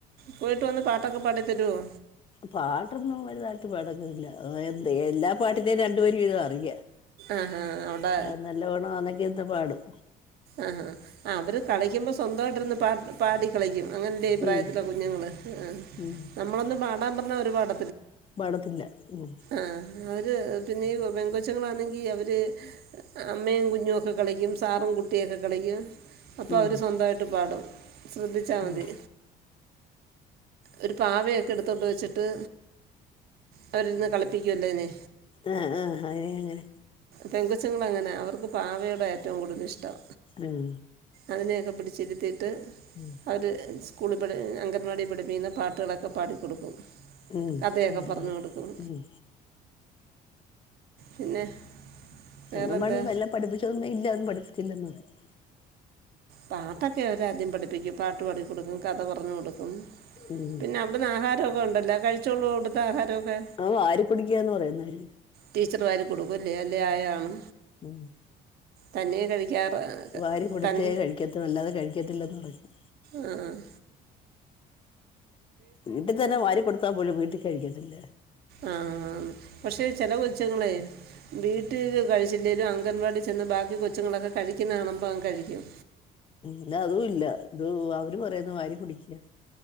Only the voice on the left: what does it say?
പാട്ടൊന്നും വലുതായിട്ട് പാടങ്ങുന്നില്ല എ എല്ലാ പാട്ടിന്റെയും രണ്ടു വരി വീതം അറിയാം.
ആഹ് നല്ലവണം ആണെങ്കി എന്ത് പാടും.
ഉം
ഉം
പാടത്തില്ല ഉം.
ഉം
ഉം
ആഹ് ആഹ് ആയിന് അങ്ങനെ.
ഉം.
ഉം.
ഉം
അങ്ങനെ
പാടും
ഉം
അംഗൻവാടി വല്ലോം പഠിപ്പിച്ചോന്ന് ഇല്ല ഒന്നും പഠിപ്പിച്ചില്ലന്ന് പറയും.
ഉം
ആഹ് വാരി കുടിക്കുകാന്ന് പറയുന്നര്.
ഉം
വാരികൊടുത്തേ
കഴിക്കത്തു അല്ലാതെ കഴിക്കത്തില്ലെന്ന് പറയും
വീട്ടി തന്നെ വാരി കൊടുത്താ പോലും വീട്ടിൽ കഴിക്കത്തില്ല.
ഇത് അതൂല്ല. ഇത് അവര് പറയുന്ന വാരി കുടിക്കയാ